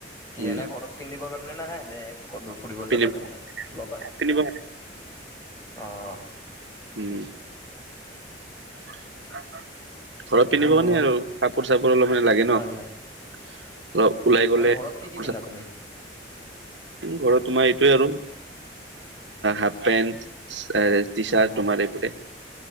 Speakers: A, on the left; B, on the right.
A: কি
B: উম
A: এনেই ঘৰত পিন্ধিব কাৰণে না এনেই? ক'তবা ফুৰিব
B: পিন্ধিব
A: যাবা কাৰণে নাই লবা,
B: পিন্ধিব
A: অহ।
B: উম। <inaudible> ঘৰত পিন্ধিব
A: অ',
B: কাৰণেই আৰু কাপোৰ চাপোৰ অলপ মানে লাগে
A: হয়
B: ন। অলপ
A: হয়
B: ওলাই গ'লে।
A: অ', ঘৰত কি
B: কাপোৰ
A: কি পিন্ধা
B: চাপোৰ
A: তুমি?
B: ঘৰত তোমাৰ এইটোয়েই আৰু, হাফ পেন্ট, এচ। টি চাৰ্ট
A: অ',
B: তোমাৰ এইবোৰেই।